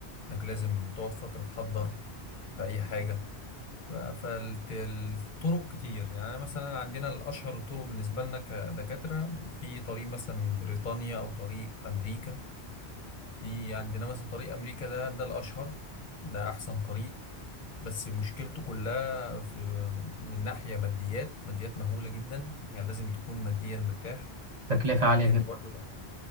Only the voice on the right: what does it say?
تكلفة عالية
جدا